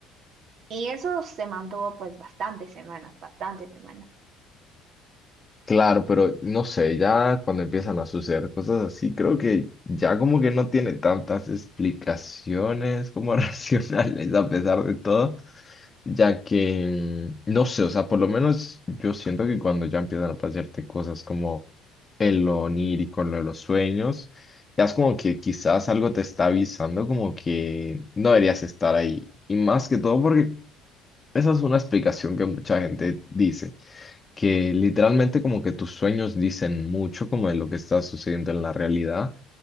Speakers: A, on the right; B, on the left.
A: Y eso se mantuvo pues bastantes semanas, bastantes semanas.
B: Claro, pero no sé, ya cuando empiezan a suceder cosas así, creo que ya como que no tiene tantas explicaciones como <laughs> racionales a pesar de todo, ya que, mm, no sé, o sea, por lo menos yo siento que cuando ya empiezan a pasarte cosas como el lo onírico, lo de los sueños, ya es como que quizás algo te está avisando como que no deberías estar ahí. Y más que todo porque esa es una explicación que mucha gente dice que literalmente como que tus sueños dicen mucho como de lo que está sucediendo en la realidad.